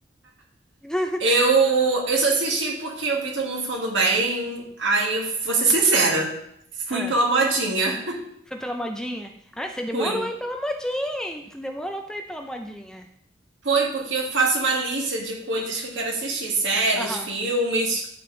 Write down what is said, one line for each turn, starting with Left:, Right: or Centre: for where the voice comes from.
Centre: <laughs>
Right: Eu, eu só assisti porque eu vi todo mundo falando bem. Aí eu vou ser sincera. Fui
Centre: Ah,
Right: pela modinha.
Centre: foi pela modinha? Ah, você demorou
Right: <laughs> Fui.
Centre: aí pela modinha, hein? Tu demorou pra ir pela modinha.
Right: Foi porque eu faço uma lista de coisas que eu quero assistir, séries,
Centre: Aham,
Right: filmes.